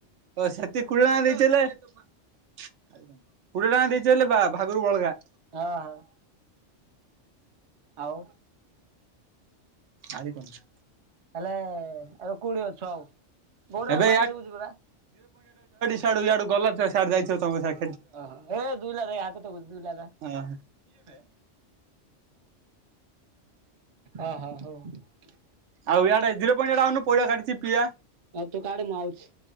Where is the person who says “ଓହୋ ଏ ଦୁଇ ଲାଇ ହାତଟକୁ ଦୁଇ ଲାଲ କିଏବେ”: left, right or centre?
Right